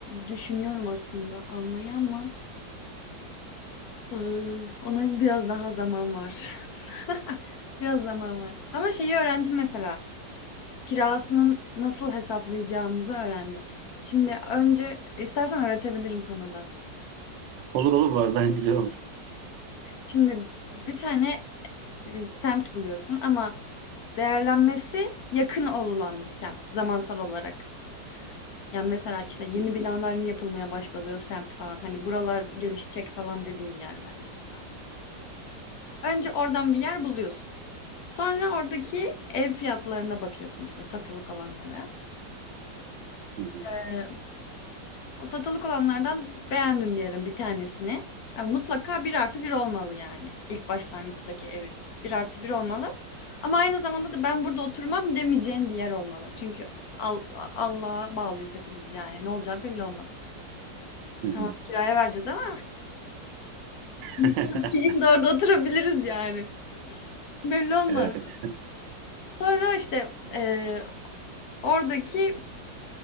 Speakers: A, on the left; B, on the right.
A: düşünüyorum aslında almayı ama eee, ona biraz daha zaman var. <laughs> Biraz zaman var. Ama şeyi öğrendim mesela. Kirasının nasıl hesaplayacağımızı öğrendim. Şimdi önce istersen öğretebilirim sana da.
B: Olur olur bu arada <laughs> güzel olur.
A: Şimdi bir tane, eee, semt buluyorsun ama değerlenmesi yakın olulan bir semt zamansal olarak. Yani mesela işte yeni
B: Hı
A: binaların yapılmaya başladığı semt falan hani buralar gelişecek falan dediğin yerler mesela. Önce oradan bir yer buluyorsun. Sonra oradaki ev fiyatlarına bakıyorsun işte satılık olanlara.
B: hı,
A: Eee, O satılık olanlardan beğendin diyelim bir tanesini. Yani mutlaka bir artı bir olmalı yani. İlk başlangıçtaki evin. Bir artı bir olmalı. Ama aynı zamanda da ben burada oturmam demeyeceğin bir yer olmalı. Çünkü Al- Allah'a bağlıyız hepimiz yani. Ne olacağı belli olmaz.
B: hı hı.
A: Tamam kiraya vereceğiz ama <laughs> biz
B: <laughs>
A: de bir gün de orada oturabiliriz yani. Belli olmaz.
B: Evet.
A: Sonra işte eee, oradaki